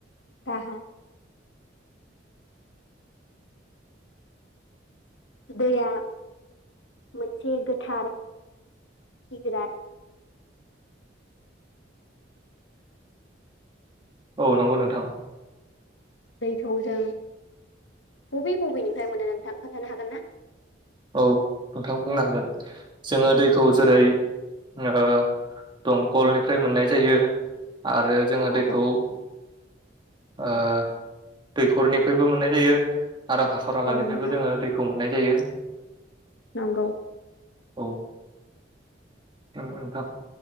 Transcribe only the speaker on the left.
राहा। दैया मोनसे गोथार गुजरात
औ जों बबे बबेनिफ्राय मोनो नोंथां खोन्थानो हागोन ना?
औ आब'
औ नोंथां
नंगौ